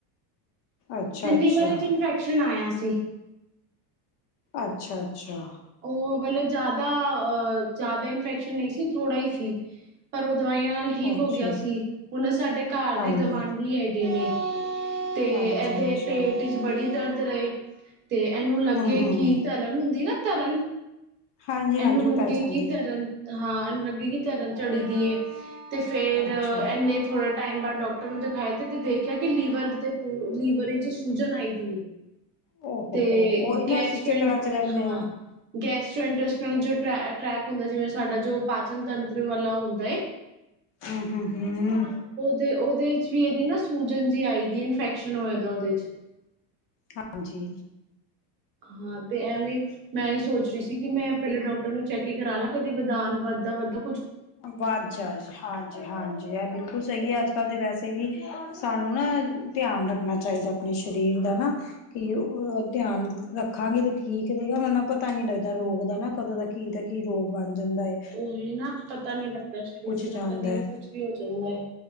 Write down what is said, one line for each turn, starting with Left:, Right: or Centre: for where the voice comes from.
Left: ਅੱਛਾ
Right: 'ਤੇ ਲਿਵਰ
Left: ਅੱਛਾ
Right: ਵਿੱਚ ਇੰਨਫੈਕਸ਼ਨ ਆਇਆ ਸੀ।
Left: ਅੱਛਾ-ਅੱਛਾ।
Right: ਓ ਮਤਲਬ ਜਿਆਦਾ ਅ ਜਿਆਦਾ ਇਨਫੈਕਸ਼ਨ ਨਈ ਸੀ ਥੋੜਾ ਈ ਸੀ, ਪਰ ਓ ਦਵਾਈਆਂ ਨਾਲ ਠੀਕ
Left: ਅੱਛਾ
Right: ਹੋ ਗਿਆ ਸੀ ਹੁਣ ਸਾਡੇ ਘਰ
Left: ਹਾਂਜੀ
Right: ਦੇ ਗਵਾਂਢੀ ਐ ਗੇ ਨੇ 'ਤੇ
Left: ਹਾਂਜੀ
Right: ਐਦੇ
Left: ਅੱਛਾ
Right: ਪੇਂਟ 'ਚ ਬੜੀ ਦਰਦ ਰਏ 'ਤੇ ਐਨੂੰ ਲੱਗੇ
Left: ਹਮ ਹਮ
Right: ਕਿ ਤਰਨ ਹੁੰਦੀ ਨਾ ਤਰਨ
Left: ਹਾਂਜੀ ਹਾਂਜੀ
Right: ਏਨੂੰ ਲੱਗੇ
Left: ਉਹ ਪੈ ਜਾਂਦੀ
Right: ਕਿ ਤਰਨ ਹਾਂ ਏਨੂੰ ਲੱਗੇ ਕਿ ਤਰਨ ਚੜ ਦੀ ਏ 'ਤੇ ਫੇਰ
Left: ਹੈ ਅੱਛਾ
Right: ਏਨੇ ਥੋੜਾ ਟਾਈਮ ਬਾਅਦ ਡਾਕਟਰ ਨੂੰ ਦਿਖਾਇਆ 'ਤੇ-ਤੇ ਦੇਖਿਆ ਕਿ ਲੀਵਰ 'ਤੇ ਪੂ ਲੀਵਰ ਵਿਚ ਸੂਜਨ ਆਈ ਦੀ ਏ।
Left: ਓ ਹੋ
Right: 'ਤੇ
Left: ਹੋ ਉਹੀ ਨਾ
Right: ਗੈਸਟ੍ਰੋਇਨ,
Left: ਅਸੀਂ ਚੱਕਰਾਂ ਚ ਰਹਿੰਦੇ
Right: ਹਾਂ ਗੈਸਟ੍ਰੋਇਟ ਫਿਨ ਜੋ ਟ੍ਰ ਟਰੈਕ ਹੁੰਦਾ ਜਿਵੇਂ ਸਾਡਾ ਜੋ ਪਾਚਨ ਤੰਤਰ ਵਾਲਾ ਹੁੰਦਾ ਏ
Left: ਹੂੰ-ਹੂੰ-ਹੂੰ।
Right: 'ਤੇ ਉਦੇ ਵਿੱਚ ਵੀ ਏਦੇ ਨਾ ਸੂਜਨ ਜੀ ਆਈ ਦੀ ਏ, ਇਨਫੈਕਸ਼ਨ ਹੋਏ ਦਾ ਉਦੇ 'ਚ‌।
Left: ਹਾਂਜੀ।
Right: ਹਾਂ 'ਤੇ ਐਵੇਂ ਮੈਂ ਏਈ ਸੋਚ ਰੀ ਸੀ ਕਿ ਮੈਂ ਪਹਿਲੇ ਡਾਕਟਰ ਨੂੰ ਚੈ ਕੇ ਕਰਾਲਾ ਕਦੇ ਵਦਾਨ ਵੱਧਦਾ-ਵੱਧਦਾ
Left: ਵੱਧ ਜਾਏ ਹਾਂ। ਹਾਂਜੀ ਐ ਬਿਲਕੁੱਲ ਸਈ ਐ ਅੱਜ-ਕੱਲ 'ਤੇ ਵੈਸੇ ਵੀ ਸਾਨੂੰ ਨਾ ਧਿਆਨ ਰੱਖਣਾ ਚਾਈਦਾ। ਆਪਣੇ ਸਰੀਰ
Right: ਹਾਂ।
Left: ਦਾ ਨਾ ਕਿ ਓ ਧਿਆਨ ਰੱਖਾਂਗੇ ਤਾਂ ਠੀਕ ਰਹੇਗਾ ਵਰਨਾਂ ਪਤਾ ਨੀ ਲੱਗਦਾ ਰੋਗ ਦਾ ਨਾ ਕਦੋਂ ਦਾ ਕੀ ਦਾ ਕੀ ਰੋਗ ਬਣ ਜਾਂਦਾ ਏ
Right: ਉਹੀ ਨਾ ਪਤਾ ਨੀ ਲੱਗਦਾ ਸਰੀਰਾਂ
Left: ਜਾਂਦਾ
Right: ਨਾਲ ਕਦੀ ਵੀ
Left: ਹੈ
Right: ਕੁੱਛ ਵੀ ਹੋ ਜਾਂਦਾ ਏ।